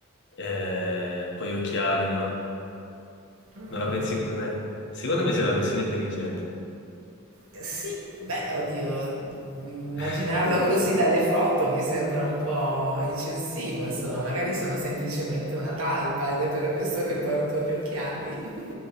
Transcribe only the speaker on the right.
Mm.
Sì, beh, oddio, immaginarlo
così dalle foto mi sembra un po' eccessivo, insomma, magari sono semplicemente una talpa ed è per questo che porto gli occhiali.